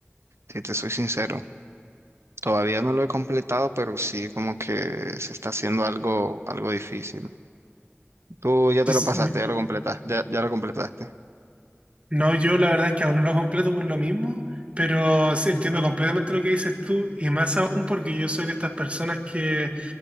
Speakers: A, on the right; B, on the right.
A: si te soy sincero. Todavía no lo he completado, pero sí como que se está haciendo algo, algo difícil. Tú ya
B: Sí,
A: te lo
B: sí,
A: pasaste, ya lo completaste, ya, ya lo completaste.
B: No, yo la verdad es que aún no lo completo por lo mismo, pero sí entiendo completamente lo que dices tú y más aún porque yo soy de estas personas que